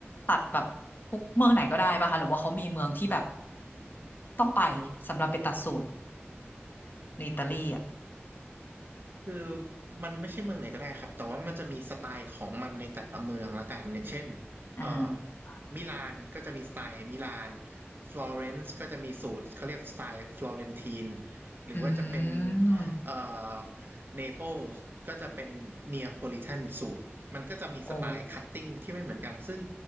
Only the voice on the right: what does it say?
คือมันไม่ใช่เมืองไหนก็ได้ครับแต่ว่ามันจะมีสไตล์ของมันในแต่ละเมืองละกันอย่างเช่น
เอ่อมิลานก็จะมีสไตล์มิลานฟลอเรนซ์ก็จะมีสูตรเขาเรียกสไตล์ฟลอเรนทีนหรือว่าจะเป็น
เอ่อเนเปิลส์ก็จะเป็นเนียโพลิแทนสูตรมันก็จะมีสไตล์คัตติ้งที่ไม่เหมือนกันซึ่ง